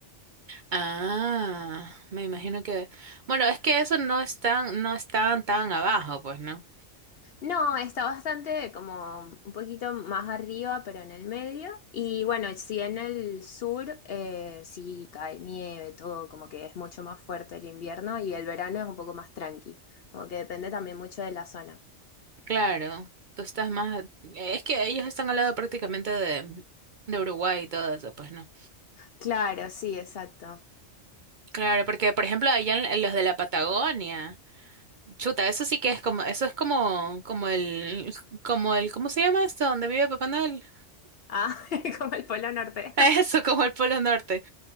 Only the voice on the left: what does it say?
No, está bastante como un poquito más arriba, pero en el medio. Y bueno, sí en el sur, eh, sí cae nieve, todo, como que es mucho más fuerte el invierno y el verano es un poco más tranqui, como que depende también mucho de la zona.
Claro, sí, exacto.
Ah, <laughs> como el Polo Norte.